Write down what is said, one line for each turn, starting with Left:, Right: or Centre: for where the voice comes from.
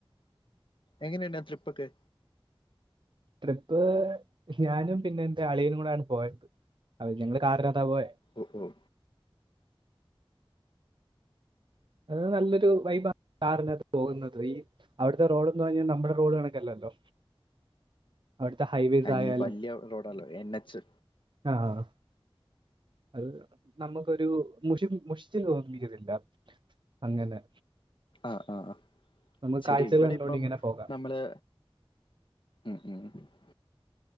Left: എങ്ങനെയുണ്ട് ട്രിപ്പൊക്കെ
Right: ട്രിപ്പ് ഞാനും പിന്നെ എന്റെ അളിയനും കൂടെയാണ് പോയത് അഹ ഞങ്ങള് കാറിനകത്ത പോയെ
Left: ഓഹോ
Right: അത് നല്ലൊരു വൈബ കാറിനകത്ത് പോകുന്നത് ഈ അവിടുത്തെ റോഡന്ന് പറഞ്ഞാൽ നമ്മുടെ റോഡ് കണക്കല്ലല്ലോ അവിടുത്തെ ഹൈവേസ്
Left: അഹ
Right: ആയാലും
Left: ഈ വലിയ റോഡല്ലോ എൻ എച്ച്
Right: ആഹ അത് നമുക്കൊരു മുഷിപ്പ് മുഷിച്ചു തോന്നിപ്പിക്കത്തില്ല അങ്ങനെ
Left: ആഹ ആഹ്
Right: നമുക്ക്
Left: ശരി
Right: കാഴ്ചകൾ
Left: ഇവിടെ
Right: കണ്ടുകൊണ്ട്
Left: ഇപ്പം
Right: ഇങ്ങനെ പോകാം
Left: നമ്മള് ഉം ഉം ഉം